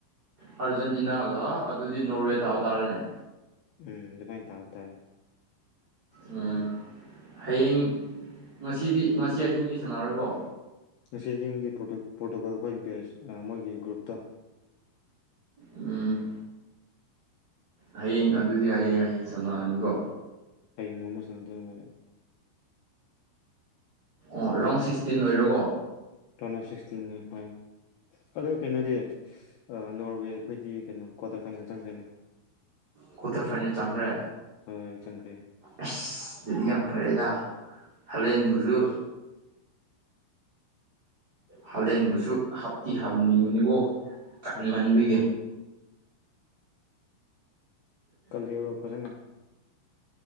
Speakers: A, on the right; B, on the left.
A: ꯑꯥꯔꯖꯦꯟꯇꯤꯅꯥꯒ ꯑꯗꯨꯗꯤ ꯅꯣꯔꯋꯦꯗꯥꯇꯥꯔꯦꯅꯦ
B: ꯎꯝ ꯑꯗꯨꯃꯥꯏꯅ ꯇꯥꯕ ꯇꯥꯔꯦ
A: ꯎꯝ ꯍꯌꯦꯡ ꯉꯁꯤꯗꯤ ꯉꯁꯤ ꯑꯍꯤꯡꯗꯤ ꯁꯥꯟꯅꯔꯣꯏꯕꯣ
B: ꯁ ꯍꯤꯟꯗꯤ ꯐꯣ ꯐꯣꯇꯣꯜ ꯑꯩꯈꯣꯏ ꯕꯦꯁ ꯃꯣꯏꯒꯤ ꯒ꯭ꯔꯨꯞꯇꯣ
A: ꯎꯝ ꯍꯌꯦꯡ ꯑꯗꯨꯗꯤ ꯍꯌꯦꯡ ꯍꯤꯡ ꯆꯂꯛꯑꯅꯤꯀꯣ
B: ꯍꯌꯦꯡ ꯉ ꯃ ꯁꯅ ꯇꯉꯔꯦ
A: ꯑꯣ ꯔꯥꯎꯟ ꯁꯤꯛꯁꯇꯤꯟ ꯑꯣꯏꯔꯔꯕꯣ
B: ꯇꯅ ꯁꯁꯇꯤꯟ ꯍ ꯑꯗꯣ ꯀꯩꯅꯣꯗꯤ ꯅꯣꯔꯋꯦ ꯑꯩꯈꯣꯏꯗꯤ ꯀꯩꯅꯣ ꯀ꯭ꯋꯥꯇꯔ ꯐꯥꯏꯅꯦꯜ ꯆꯪꯈ꯭ꯔꯦꯅꯦ
A: ꯀ꯭ꯋꯥꯇꯔ ꯐꯥꯏꯅꯜ ꯆꯪꯈ꯭ꯔꯦ
B: ꯍꯣꯏ ꯆꯪꯈ꯭ꯔꯦ
A: ꯑꯁ ꯑꯗꯨꯗꯤ ꯌꯥꯝ ꯐꯔꯦꯗ ꯍꯂꯦꯟꯕꯨꯁꯨ
B: ꯎꯝ
A: ꯍꯥꯂꯦꯟꯕꯨꯁꯨ ꯍꯥꯞꯇꯤ ꯍꯥꯞꯅꯤꯡꯕꯅꯤꯀꯣ ꯀꯟꯃꯟꯕꯤꯒꯦ
B: ꯎꯝ ꯀꯂꯕ ꯐꯖꯅ